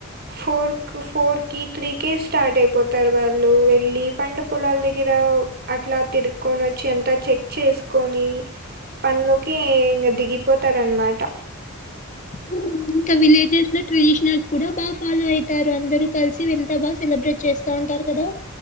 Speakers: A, on the right; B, on the left.
A: ఫోర్ కు ఫోర్కి త్రీకి స్టార్ట్ అయిపోతారు వాళ్ళు వెళ్ళి పంట పొలాల దగ్గర అట్లా తిరుక్కొనివచ్చి అంతా చెక్ చేసుకొని పనిలోకి ఇంగ దిగి పోతారన్మాట
B: హు ఇంకా విలేజెస్ లో ట్రెడిషనల్స్ కూడా బాగా ఫాలో అయితారు అందరు కలిసి వెంత బాగా సెలబ్రేట్ చేస్ త అంటారు కదా